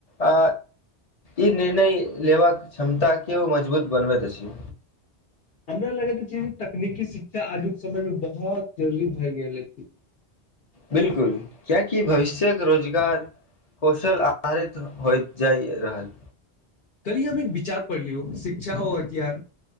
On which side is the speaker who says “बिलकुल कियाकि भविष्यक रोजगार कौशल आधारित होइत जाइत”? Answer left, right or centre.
Left